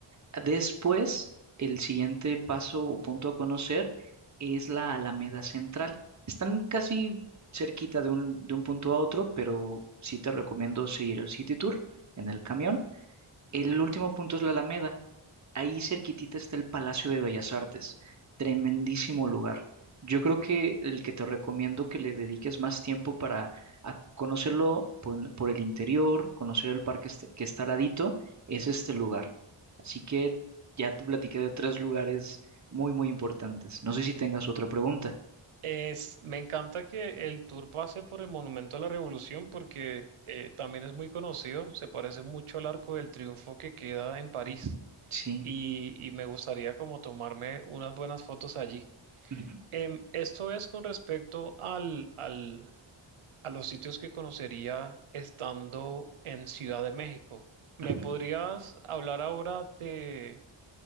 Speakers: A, on the right (about 35°); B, on the right (about 85°).
A: Después, el siguiente paso o punto a conocer es la Alameda Central. Están casi cerquita de un, de un punto a otro, pero sí te recomiendo seguir el City Tour en el camión. El último punto es la Alameda. Ahí cerquitita está el Palacio de Bellas Artes, tremendísimo lugar. Yo creo que el que te recomiendo que le dediques más tiempo para a conocerlo por, por el interior, conocer el parque est- que está al ladito, es este lugar. Así que ya te platiqué de tres lugares muy, muy importantes. No sé si tengas otra pregunta.
B: Es, me encanta que el tour pase por el Monumento a la Revolución porque eh, también es muy conocido, se parece mucho al Arco del Triunfo que queda en París
A: Mm. Sí.
B: y, y me gustaría como tomarme unas buenas fotos allí.
A: Ujú,
B: Em, esto es con respecto al, al a los sitios que conocería estando en Ciudad de México. ¿Me
A: ujú.
B: podrías hablar ahora de,